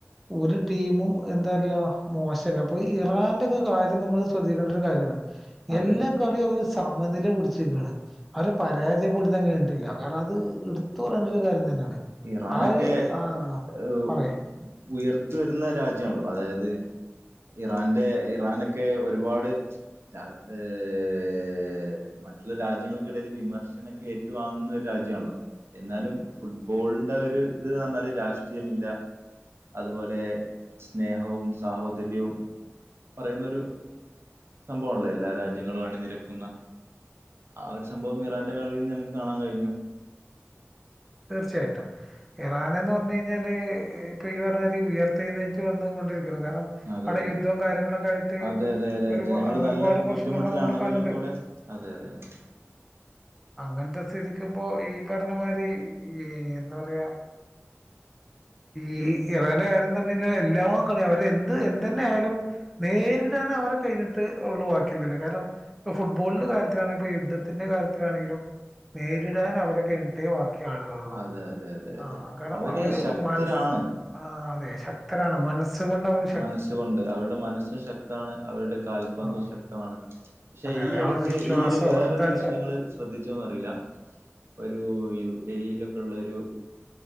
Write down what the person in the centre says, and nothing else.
ഒരു ടീമും എന്താല്ല മോശല്ല അപ്പൊ ഈ ഇറാൻന്റെക്കെ കാര്യം നമ്മൾ ശ്രദ്ധിക്കേണ്ട ഒരു കാര്യാണ്
എല്ലാ
കളിയും അവര് സമനില പിടിച്ചരിക്കണ് അവരെ പരാജയപ്പെടുത്താൻ കഴിഞ്ഞിട്ടില്ല കാരണം അത് ഇടുത്ത് പറയേണ്ട ഒരു കാര്യം തന്നെയാണ്
ആ ഒരു ആ
പറയ്
തീർച്ചയായിട്ടും ഇറാൻന്ന് പറഞ്ഞു കഴിഞ്ഞാല് ഇപ്പൊ ഈ പറഞ്ഞമാതിരി ഉയർത്തേനെറ്റു വന്ന് കൊണ്ട് കാരണം
അവിടെ
യുദ്ധം
കാര്യങ്ങളൊക്കെ ആയിട്ട്
ഒരു
ഒരുപാട്
പ്രശ്നമൊക്കെ
നമ്മള് കണ്ട്
അങ്ങനത്തെ സ്ഥിതിക്ക് ഇപ്പോ ഈ പറഞ്ഞ മാരി ഈ എന്താ പറയ ഈ ഇറാന്റെ കാര്യം എന്ന് പറഞ്ഞ് കഴിഞ്ഞാൽ എല്ലാം കളി അവരെ എന്ത് എന്തന്നെ ആയാലും നേരിടൻ അവരെ കഴിഞ്ഞിട്ട് ഉള്ളു വാക്കി ള്ളോല് കാരണം ഇപ്പൊ ഫുട്ബോളിന്റെ കാര്യത്തിലാണെങ്കിലും ഇപ്പ യുദ്ധത്തിന്റെ കാര്യത്തിലാണെങ്കിലും നേരിടാൻ അവരെ കായിഞ്ഞിട്ടേ വാ ക്കി ആളുകളള്ളൂ
ആ
കാരണം അവര്
മനസ് ആ അതെ ശക്തരാണ് മനസ്സ് നസ് കൊണ്ട് അവർ
ആഹ്
അതെ അതെ
ആ വിശ്വാസോ
എന്താച്ചാ